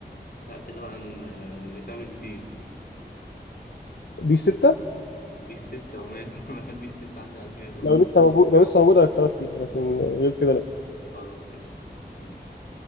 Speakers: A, on the left; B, on the left.
A: لا كده بقى ن- نتابع الجيم
B: بيس 6
A: بيس ستة ومان <laughs> أنا بحب بيس ستة عندي على الجهاز أصلا
B: لو لسه موجود لو لسه موجوده هكسبك فيها لكن غير كده
A: خلاص قشطة ماشي